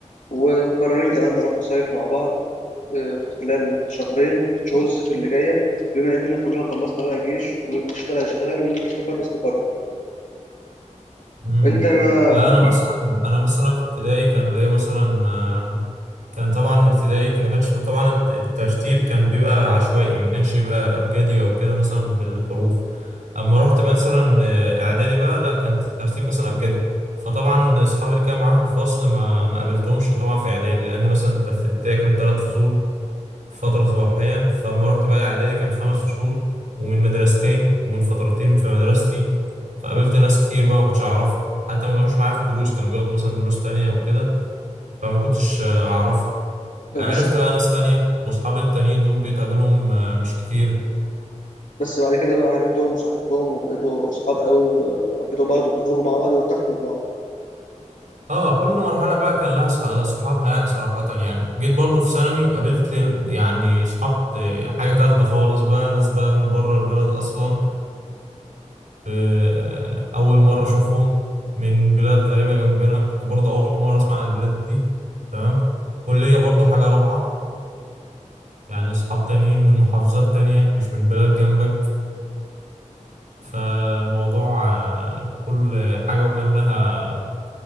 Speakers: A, on the left (about 75°); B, on the right (about 85°).
A: ومقررين كمان نروح نصيف مع بعض آه، في خلال شهرين شهور الصيف اللي جاية بما إننا كلنا خلصنا بقى جيش واللي اشتغل اشتغل واللي استقر استقر
B: مم.
A: وأنت بقى
B: لا انا مثلا انا مثلا في ابتدائي كان ليا مثلا آه، كان طبعا الابتدائي ما كانش بيبقى- طبعا الت- الترتيب كان بيبقى عشوائي ما كانش بيبقى ابجدي او كده مثلا بالحروف اما رحت مثلا آه، اعدادي بقى لا كان الترتيب مثلا ابجدي فطبعا اصحابي اللي كانوا معايا في الفصل ما ما قابلتهمش طبعا في اعدادي لان مثلا انت في ابتدائي كان ثلاث فصول فترة صباحية فلما رحت بقى إعدادي كان خمس فصول ومن مدرستين ومن فترتين في مدرستي فقابلت ناس كتير بقى ما كنتش أعرفها حتى ما كانوش معايا في الدروس كانوا بياخدوا مثلا دروس تانية أو كده فما كنتش آه، أعرفهم
A: آه،
B: عرفت
A: بس
B: بقى ناس تانية وأصحابي التانيين دول بقيت أقابلهم آه، مش كتير
A: بس بعد كده بقى عرفتهم وصاحبتهم وبقيتوا أصحاب قوي حبيتوا بعض وبتخرجوا مع بعض وارتحتوا لبعض
B: اه كل مرحلة بقى كان لها صح- صحابها يعني صراحة يعني جيت برضو في ثانوي قابلت يعني صحاب آه، حاجة تالتة خالص بقى ناس بقى من بره البلد أصلا آه، أول مرة أشوفهم من بلاد غريبة جنبنا كنت برضه أول مرة أسمع عن البلاد دي تمام كلية برضه حاجة رابعة يعني أصحاب تانيين من محافظات تانية مش من بلاد جنبك فالموضوع آه، كل حاجة وكان لها